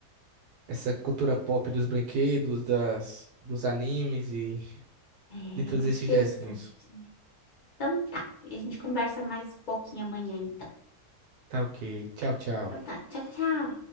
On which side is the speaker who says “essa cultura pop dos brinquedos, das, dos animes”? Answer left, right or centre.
Right